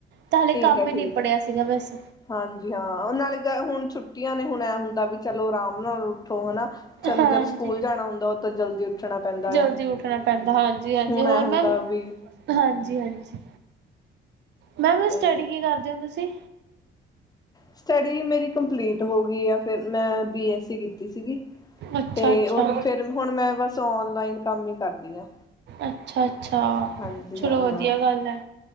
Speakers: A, on the right (about 60°); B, on the left (about 20°).
A: ਤਾਂ ਹਾਲੇ
B: ਠੀਕ
A: ਕੰਮ
B: ਹੈ ਠੀਕ
A: ਈ ਨੀਬੜਿਆ
B: ਹੈ
A: ਸੀਗਾ ਬਸ।
B: ਹਾਂਜੀ ਹਾਂ ਨਾਲੇ ਗ ਹੁਣ ਛੁੱਟੀਆਂ ਨੇ ਹੁਣ ਐਂ ਹੁੰਦਾ ਵੀ ਚਲੋ ਰਾਮ ਨਾਲ ਉੱਠੋ ਹਨਾ। ਚਲੋ
A: ਹਾਂਜੀ
B: ਜਦ ਸਕੂਲ ਜਾਣਾ ਹੁੰਦਾ ਓਦੋਂ ਤਾਂ ਜਲਦੀ ਉੱਠਣਾ ਪੈਂਦਾ
A: ਜਲਦੀ
B: ਆ
A: ਉੱਠਣਾ ਪੈਂਦਾ
B: ਹੁਣ
A: ਹੋਰ
B: ਐਂ ਹੁੰਦਾ
A: ਮੈਮ
B: ਵੀ
A: ਹਾਂਜੀ ਹਾਂਜੀ। ਮੈਮ ਵੈਸ
B: ਤੇ
A: ਸਟੱਡੀ ਕੀ ਕਰਦੇ ਓ ਤੁਸੀਂ?
B: ਸਟੱਡੀ ਮੇਰੀ ਕੰਪਲੀਟ ਹੋ ਗਈ ਆ, ਫਿਰ ਮੈਂ ਬੀ ਐੱਸ ਸੀ ਕੀਤੀ ਸੀਗੀ।
A: ਅੱਛਾ-ਅੱਛਾ,
B: ਤੇ ਓ ਫੇਰ ਹੁਣ ਮੈਂ ਬਸ ਓਨਲਾਈਨ ਕੰਮ ਈ ਕਰਦੀ ਆ।
A: ਅੱਛਾ-ਅੱਛਾ
B: ਹਾਂਜੀ
A: ਚਲੋ
B: ਹਾਂ
A: ਵਧੀਆ
B: ਹਾਂ,
A: ਗੱਲ ਐ।